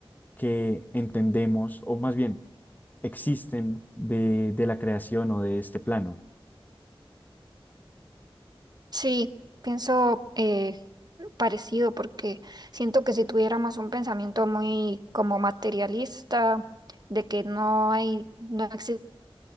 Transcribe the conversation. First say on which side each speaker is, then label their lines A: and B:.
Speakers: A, on the left (about 20°); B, on the right (about 45°).
A: que entendemos, o más bien existen de, de la creación o de este plano.
B: Sí, pienso eh, parecido porque siento que si tuviéramos un pensamiento muy como materialista, de que no hay, no existe